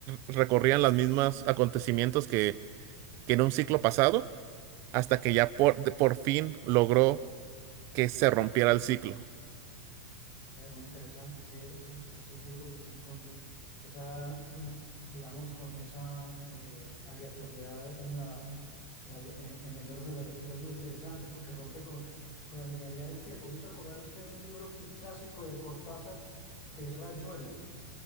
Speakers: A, on the right; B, on the left.
A: recorrían los mismos acontecimientos que, que en un ciclo pasado, hasta
B: Eh,
A: que ya por, de- por fin logró que se rompiera el ciclo.
B: eh, muy interesante, sí, esos, esos libros así con esa, <clears throat> mm, digamos, con esa eh, aleatoriedad en la, la- en, en el orden de la lectura es muy interesante porque rompe con, con la linealidad del tiempo. Me hizo acordar usted de un libro, un clásico de Cortázar, que es Rayuela.